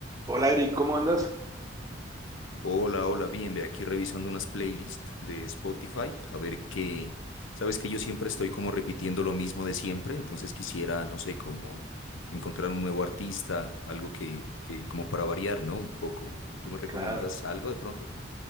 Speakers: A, on the right (about 20°); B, on the left (about 85°).
A: Hola Eric, ¿cómo andas?
B: Hola, hola, bien, ve aquí revisando unas playlists de Spotify, a ver qué, sabes que yo siempre estoy como repitiendo lo mismo de siempre, entonces quisiera, no sé, como encontrar un nuevo artista, algo que, que como para variar, ¿no? Un poco. ¿Tú me recomiendas
A: Claro,
B: algo de pronto?